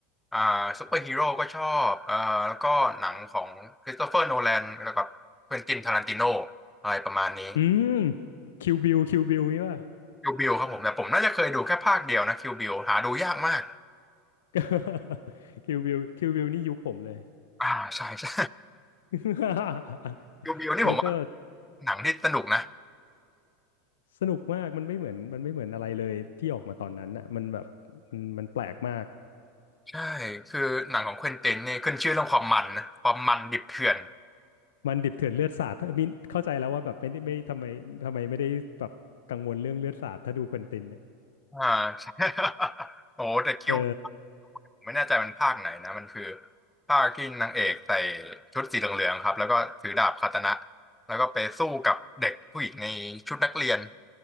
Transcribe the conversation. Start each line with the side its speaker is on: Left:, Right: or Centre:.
Centre: อ่าซูเปอร์ฮีโร่ก็ชอบอ่าแล้วก็หนังของคริสโตเฟอร์โนแลนแล้วก็เควินตินทารันติโนอะไรประมาณนี้
Left: อืมคิวบิลคิวบิลนี่ป่ะ
Centre: คิวบิลครับผมแต่ผมน่าจะเคยดูแค่ภาคเดียวนะคิวบิลหาดูยากมาก
Left: <laughs> คิวบิลคิวบิล <laughs> นี่ยุคผมเลย
Centre: อ่าใช่ใช่
Left: <laughs>
Centre: <laughs> คิวบิลนี่ผมว่า
Left: แล้วก็
Centre: หนังที่สนุกนะ
Left: สนุกมากมันไม่เหมือนมันไม่เหมือนอะไรเลยที่ออกมาตอนนั้นน่ะมันแบบมันมันแปลกมาก
Centre: ใช่ คือหนังของเควินตินนี่ขึ้นชื่อเรื่องความมันนะความมันดิบเถื่อน
Left: มันดิบเถื่อนเลือดสาดถ้ามินเข้าใจแล้วว่าแบบไม่ได้ไม่ทำไมทำไมไม่ได้แบบกังวลเรื่องเลือดสาดถ้าดูควินตินเนี่ย
Centre: อ่าใช่ <laughs> โอ้แต่คิว
Left: เออ
Centre: ผมไม่แน่ใจมันภาคไหนนะ มันคือภาคที่นางเอกใส่ชุดสีเหลืองๆครับ แล้วก็ถือดาบคาตานะ แล้วก็ไปสู้กับเด็กผู้หญิงในชุดนักเรียน